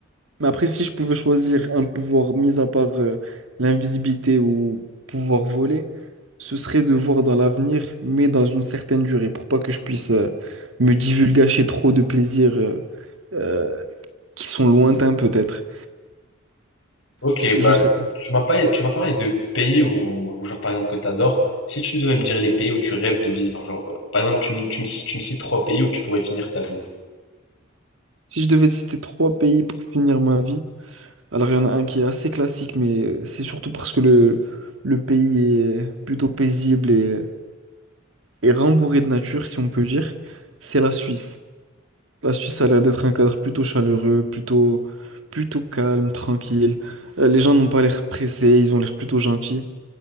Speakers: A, on the right; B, on the left.
A: Mais après, si je pouvais choisir un pouvoir, mis à part euh, l'invisibilité ou pouvoir voler, ce serait de voir dans l'avenir, mais dans une certaine durée, pour pas que je puisse euh, me divulgacher trop de plaisirs euh, euh, qui sont lointains peut-être.
B: Ok,
A: Je
B: bah,
A: je sais,
B: tu m'as pas- tu m'as parlé de pays où, où, genre, par exemple, que tu adores. Si tu devais me dire les pays où tu rêves de vivre, genre, euh, par exemple, tu me, tu me, tu me cites trois pays où tu pourrais finir ta vie.
A: si je devais te citer trois pays pour finir ma vie, alors il y en a un qui est assez classique, mais euh, c'est surtout parce que le, le pays est plutôt paisible et, et rembourré de nature, si on peut dire, c'est la Suisse. La Suisse a l'air d'être un cadre plutôt chaleureux, plutôt, plutôt calme, tranquille. Euh, les gens n'ont pas l'air pressés, ils ont l'air plutôt gentils.